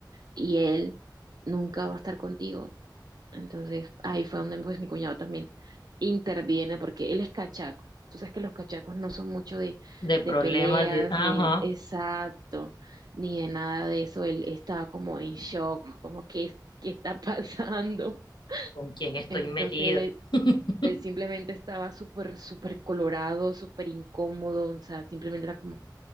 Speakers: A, on the right; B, on the left.
A: y él nunca va a estar contigo. Entonces ahí fue donde pues mi cuñado también interviene porque él es cachaco. Tú sabes que los cachacos no son mucho de,
B: de problemas
A: de peleas,
B: de, ajá,
A: ni exacto, ni de nada de eso. Él estaba como en shock, como que qué es- qué está <laughs> pasando?
B: con quién estoy
A: Entonces
B: metida.
A: él,
B: <laughs>
A: él simplemente estaba súper, súper colorado, súper incómodo, o sea, simplemente era como,